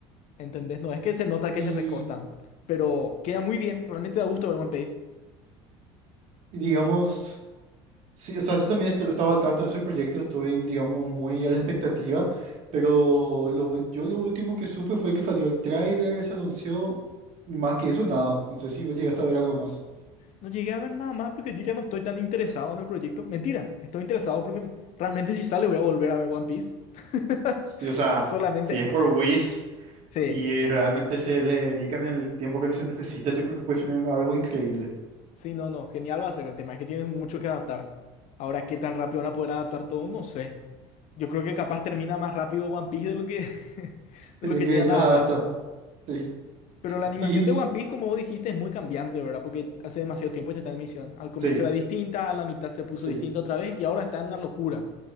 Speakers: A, on the left; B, on the right.
A: ¿Entendés? No es que se nota que
B: Y,
A: se recortan, pero queda muy bien, realmente da gusto ver One Piece.
B: y digamos, sí, o sea, yo también estu- estaba al tanto de ese proyecto, estoy, digamos, muy a la expectativa, pero lo, ul- yo lo último que supe fue que salió el tráiler, se anunció, y más que eso, nada. No sé si vos llegaste a ver algo más.
A: No llegué a ver nada más porque yo ya no estoy tan interesado en el proyecto. Mentira, estoy interesado porque realmente si sale voy a volver a ver One Piece. <laughs>
B: Sí, o sea,
A: Solamente,
B: si es
A: bu-
B: por Wish
A: sí,
B: y realmente se le dedican el tiempo que se necesita, yo creo que puede ser un- algo increíble
A: sí, no, no, genial va a ser. El tema es que tienes mucho que adaptar. Ahora, ¿qué tan rápido van a poder adaptar todo? No sé. Yo creo que capaz termina más rápido One Piece de lo que, <laughs> de
B: de
A: lo que
B: que
A: llegan
B: ellos
A: a adaptar.
B: adaptan. Sí.
A: Pero la animación
B: Y
A: de One Piece, como vos dijiste, es muy cambiante, ¿verdad? Porque hace demasiado tiempo ya está en emisión. Al comienzo
B: sí,
A: era distinta, a la mitad se puso
B: sí.
A: distinta otra vez y ahora está en una locura.